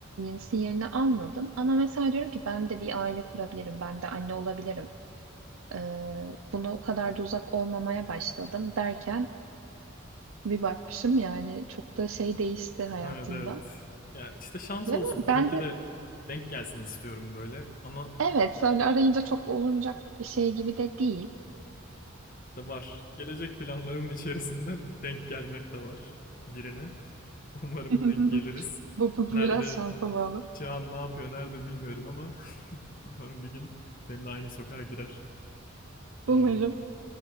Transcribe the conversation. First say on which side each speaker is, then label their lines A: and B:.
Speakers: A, on the right; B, on the left.
A: sinyalini almadım ama mesela diyorum ki ben de bir aile kurabilirim, ben de anne olabilirim. E, buna o kadar da uzak olmamaya başladım derken Bir bakmışım yani çok da şey değişti hayatımda.
B: Evet evet. Ya işte şans
A: Ve
B: olsun.
A: ben
B: Benimki
A: ben de
B: de denk gelsin istiyorum böyle. Ama
A: evet öyle arayınca çok olunacak bir şey gibi de değil.
B: da var. Gelecek planlarımın içerisinde denk gelmek de var birine. <laughs> Umarım
A: <laughs>
B: denk geliriz.
A: Bu, bu,
B: Nerede
A: bu biraz şansa bağlı.
B: şu an ne yapıyor nerede bilmiyorum ama <laughs> umarım bir gün benimle aynı sokağa girer. Ee,
A: Umarım.